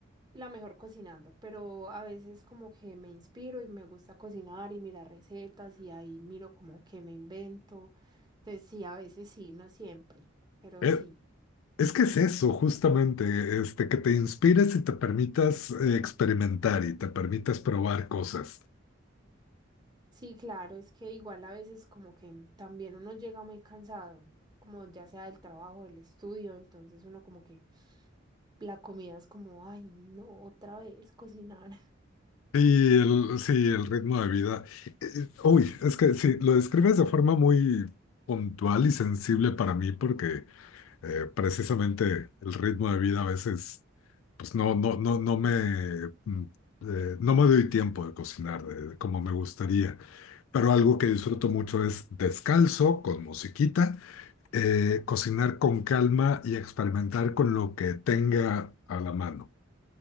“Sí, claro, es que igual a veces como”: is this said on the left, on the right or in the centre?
Right